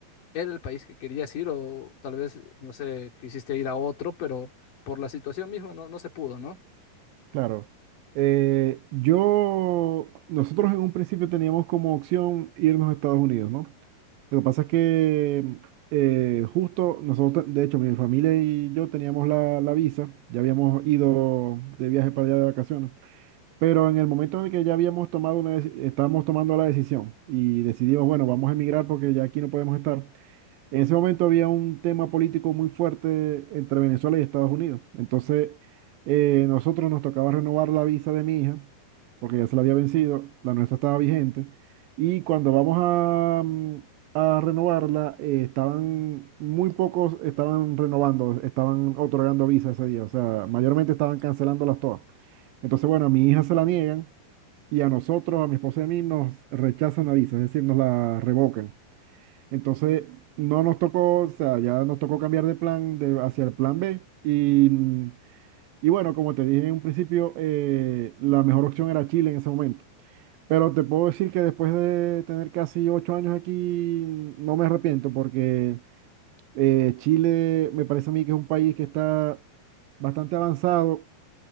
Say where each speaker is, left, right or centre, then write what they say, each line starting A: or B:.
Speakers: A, on the left (about 55°); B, on the right (about 80°).
A: era el país que querías ir o tal vez, no sé, quisiste ir a otro, pero por la situación misma no, no se pudo, ¿no?
B: Claro. Eh, yo, nosotros en un principio teníamos como opción irnos a Estados Unidos, ¿no? Lo que pasa es que mm, eh, justo nosotros, de hecho, mi familia y yo teníamos la, la visa, ya habíamos ido de viaje para allá de vacaciones, pero en el momento en el que ya habíamos tomado una, deci- estábamos tomando la decisión y decidimos, bueno, vamos a emigrar porque ya aquí no podemos estar, en ese momento había un tema político muy fuerte entre Venezuela y Estados Unidos. Entonces, eh, nosotros nos tocaba renovar la visa de mi hija, porque ya se la había vencido, la nuestra estaba vigente. Y cuando vamos a, mm, a renovarla, eh, estaban muy pocos, estaban renovando, estaban otorgando visa ese día. O sea, mayormente estaban cancelándolas todas. Entonces, bueno, a mi hija se la niegan y a nosotros, a mi esposa y a mí, nos rechazan la visa, es decir, nos la revocan. Entonces, no nos tocó, o sea, ya nos tocó cambiar de plan de, hacia el plan B. Y, mm, y bueno, como te dije en un principio, eh, la mejor opción era Chile en ese momento. Pero te puedo decir que después de tener casi ocho años aquí, mm, no me arrepiento porque eh, Chile me parece a mí que es un país que está bastante avanzado,